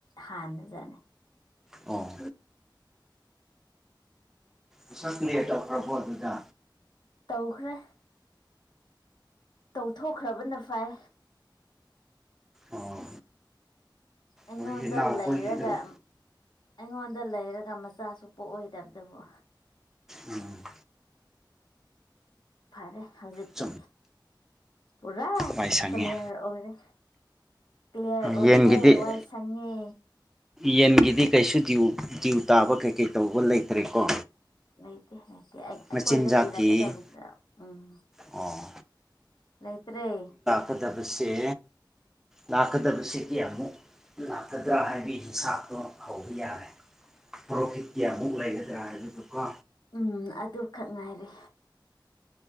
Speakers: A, on the left (about 60°); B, in the centre.
A: ꯍꯥꯟꯅꯖꯠꯅꯦ
B: ꯑꯣ <unintelligible> ꯅꯦꯠ ꯇꯧꯈ꯭ꯔꯕꯣ ꯑꯗꯨꯗ
A: ꯇꯧꯈ꯭ꯔꯦ ꯇꯧꯊꯣꯛꯈ꯭ꯔꯕꯅ ꯐꯩ
B: ꯑꯣ
A: ꯑꯩꯉꯣꯟꯗ
B: ꯍꯣꯏ ꯏꯅꯥꯎꯈꯣꯏꯒꯤꯗꯣ
A: ꯂꯩꯔꯒ ꯑꯩꯉꯣꯟꯗ ꯂꯩꯔꯒ ꯃꯆꯥꯁꯨꯨ ꯄꯣꯛꯑꯣꯏꯗꯕꯗꯨꯕꯨ
B: ꯎꯝ
A: ꯐꯔꯦ ꯍꯧꯖꯤꯛꯇꯤ
B: ꯆꯨꯝ
A: ꯄꯨꯔꯥ
B: ꯋꯥꯏ ꯁꯪꯉꯦ
A: ꯀꯂꯤꯌꯥꯔ ꯑꯣꯏꯔꯦ ꯀ꯭ꯂꯤꯌꯥꯔ ꯑꯣꯏꯔꯦ
B: ꯌꯦꯟꯒꯤꯗꯤ
A: ꯋꯥꯏ ꯁꯪꯉꯦ
B: ꯌꯦꯟꯒꯤꯗꯤ ꯀꯩꯁꯨ ꯗꯤꯎ ꯗꯤꯎ ꯇꯥꯕ ꯀꯩꯀꯩ ꯇꯧꯕ ꯂꯩꯇ꯭ꯔꯦꯀꯣ
A: ꯂꯩꯇꯦ ꯂꯩꯇꯦ ꯑꯩꯈꯣꯏꯗ
B: ꯃꯆꯤꯟꯖꯥꯛꯀꯤ
A: ꯄꯤꯔꯛꯀꯗꯕꯗꯨꯗ ꯎꯝ
B: ꯑꯣ
A: ꯂꯩꯇ꯭ꯔꯦ
B: ꯀꯗꯕꯁꯦ ꯂꯥꯛꯀꯗꯕꯁꯦ ꯀꯌꯥꯃꯨꯛ ꯂꯥꯛꯀꯗ꯭ꯔꯥ ꯍꯥꯏꯕꯒꯤ ꯍꯤꯁꯥꯕ ꯗꯣ ꯍꯧꯕ ꯌꯥꯔꯦ ꯄ꯭ꯔꯣꯐꯤꯠ ꯀꯌꯥꯃꯨꯛ ꯂꯩꯒꯗ꯭ꯔꯥ ꯍꯥꯏꯕꯗꯨꯀꯣ
A: ꯎꯝ ꯑꯗꯨ ꯈꯛ ꯉꯥꯏꯔꯦ